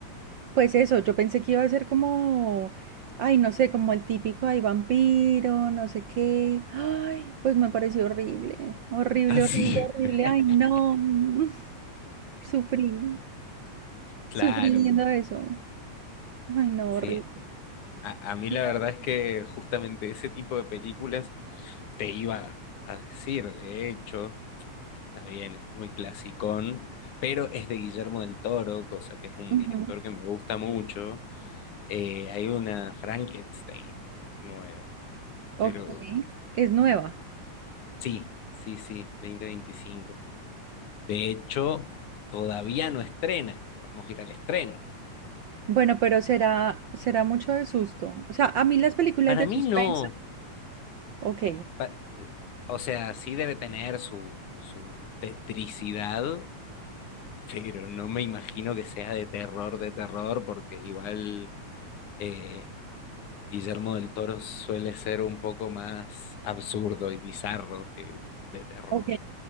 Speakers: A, on the right; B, on the left.
A: Pues eso, yo pensé que iba a ser como, ay, no sé, como el típico, ay, vampiro, no sé qué. Ay, pues me pareció horrible, horrible,
B: ¿Así?
A: horrible, horrible.
B: <laughs>
A: Ay, no, <laughs> sufrí,
B: Claro,
A: sufrí viendo eso. Ay, no,
B: sí.
A: horrible.
B: A, a mí
A: Sí.
B: la verdad es que justamente ese tipo de películas te iba a decir, de hecho. que está bien, es muy clasicón, pero es de Guillermo del Toro, cosa que es un
A: Ujú,
B: director que me gusta mucho. Eh, hay una Frankenstein nueva,
A: Ok,
B: pero
A: es nueva.
B: sí, sí, sí, 2025. De hecho, todavía no estrena, vamos a ir al estreno.
A: Bueno, pero será, será mucho de susto. O sea, a mí las películas
B: Para
A: de
B: mí
A: suspenso,
B: no,
A: ok,
B: pa- o sea, sí debe tener su, su tetricidad, pero no me imagino que sea de terror, de terror, porque igual eh, Guillermo del Toro suele ser un poco más absurdo y bizarro que de terror.
A: Ok,